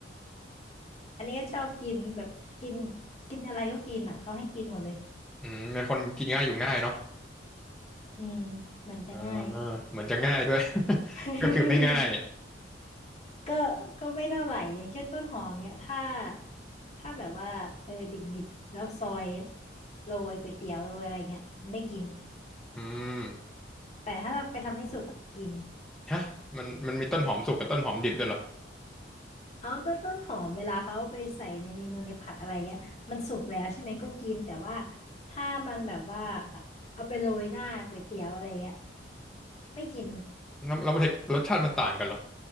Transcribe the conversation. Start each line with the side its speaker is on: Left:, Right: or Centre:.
Left: อันนี้ก็ชอบกินแบบกินกินอะไรก็กินอ่ะเขาให้กินหมดเลย
Centre: อืมเป็นคนกินง่ายอยู่ง่ายเนาะ
Left: อืมเหมือนจะง่าย
Centre: อ่าเหมือนจะง่ายด้วย <laughs>
Left: <laughs>
Centre: ก็คือไม่ง่าย
Left: ก็ก็ไม่เท่าไหร่อย่างเช่นต้นหอมเนี้ยถ้าถ้าแบบว่าเออดิบดิบแล้วซอยโรยก๋วยเตี๋ยวโรยอะไรเงี้ยไม่กิน
Centre: อืม
Left: แต่ถ้าเราไปทำให้สุกอ่ะกิน
Centre: ฮะมันมันมีต้นหอมสุกกับต้นหอมดิบด้วยเหรอ
Left: เอาก็ต้นหอมเวลาเขาเอาไปใส่ในเมนูในผัดอะไรเงี้ยมันสุกแล้วใช่ไหมก็กินแต่ว่าถ้ามันแบบว่าเอาไปโรยหน้าก๋วยเตี๋ยวอะไรเงี้ยไม่กิน
Centre: แล้วแล้วรสรสชาติมันต่างกันเหรอ